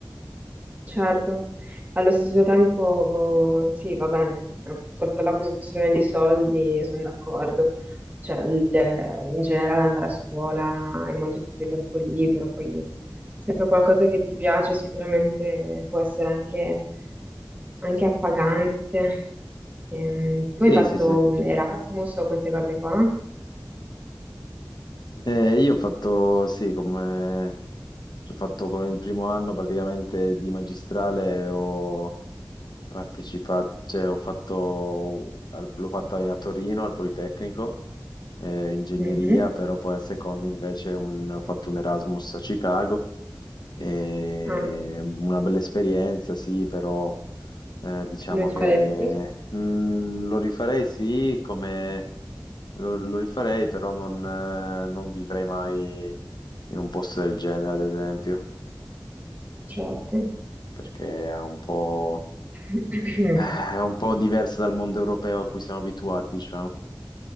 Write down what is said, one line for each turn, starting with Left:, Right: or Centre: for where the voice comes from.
Right: certo. Allo stesso tempo sì, va bene, eh, tolta la questione dei soldi, sono d'accordo. Cioè, il- in generale andare a scuola hai molto più tempo libero, poi se fai qualcosa che ti piace sicuramente può essere anche, anche appagante. Ehm, tu hai
Left: Sì,
Right: fatto
Left: sì, sì.
Right: Erasmus o queste cose qua?
Left: Eh, io ho fatto, sì, come, ho fatto come il primo anno praticamente di magistrale, ho partecipato, cioè ho fatto, al- l'ho fatta a Torino al Politecnico, eh, ingegneria,
Right: Mhm.
Left: però poi al secondo invece un- ho fatto un Erasmus a Chicago, e
Right: Ah,
Left: una bella esperienza, sì, però eh, diciamo
Right: lo
Left: che
Right: faresti?
Left: mm, lo rifarei, sì, come lo, lo rifarei, però non, eh, non vivrei mai in un posto del genere, ad esempio,
Right: Certo.
Left: perché è un po',
Right: <clears throat>
Left: è un po' diverso dal mondo europeo a cui siamo abituati, diciamo.